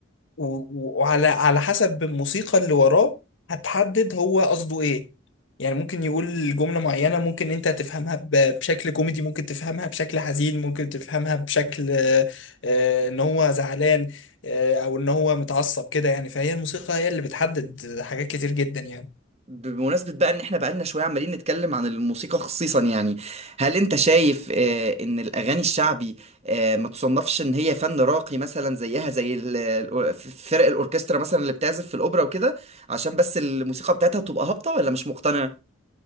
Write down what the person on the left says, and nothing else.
و- و- وعلى على حسب الموسيقى اللي وراه هتحدد هو قصده ايه يعني ممكن يقول جملة معينة ممكن انت تفهمها ب- بشكل كوميدي ممكن تفهمها بشكل حزين ممكن تفهمها بشكل آه، آه، ان هو زعلان آه، او ان هو متعصب كده يعني فهي الموسيقى هي اللي بتحدد حاجات كتير جدا يعني